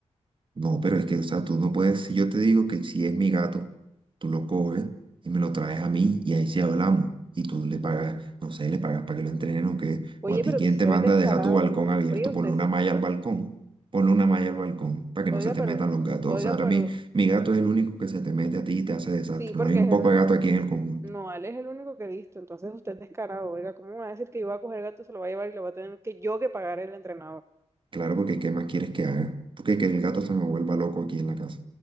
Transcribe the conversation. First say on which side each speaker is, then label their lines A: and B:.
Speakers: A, on the right; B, on the right.
A: No, pero es que, o sea, tú no puedes, si yo te digo que si es mi gato, tú lo coges y me lo traes a mí y ahí sí hablamos. Y tú le pagas, no sé, le pagas para que lo entrenen o qué.
B: Oye,
A: O a ti,
B: pero
A: ¿quién
B: tú sí
A: te manda
B: eres descarado.
A: a dejar tu balcón abierto?
B: Oye, usted,
A: Ponle una
B: se-
A: malla al balcón. Ponle una malla al balcón para que
B: oiga,
A: no se te
B: pero,
A: metan los gatos.
B: oiga,
A: O sea, ahora
B: pero,
A: mi, mi gato es el único que se te mete a ti y te hace desastre.
B: sí, porque
A: No hay un
B: es
A: poco
B: el único,
A: de gato aquí en el conjunto.
B: no, Ale es el único que he visto, entonces usted es descarado. Oiga, ¿cómo me va a decir que yo voy a coger el gato, se lo va a llevar y lo va a tener que yo que pagar el entrenador?
A: Claro, porque ¿qué más quieres que haga? ¿Tú qué, que el gato se me vuelva loco aquí en la casa?